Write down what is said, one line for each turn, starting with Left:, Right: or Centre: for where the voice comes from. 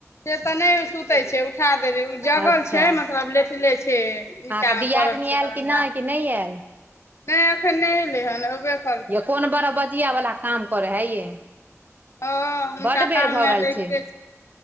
Left: से तऽ नहि सुतै छै उठा देली ओ जगल
Right: अच्छा
Left: छै मतलब लेटले छै नीचाँमे
Right: अहाँके दियादनी
Left: पड़ल छै
Right: आयल
Left: बरंडा
Right: कि नय कि नय आयल
Left: नहि एखन नहि एलै हन ओ
Right: यै कोन बड़ा बजिया वला काम करे है ये
Left: हँ हुनका
Right: बड्ड बेर
Left: काममे
Right: भऽ गेल
Left: लगिते
Right: छै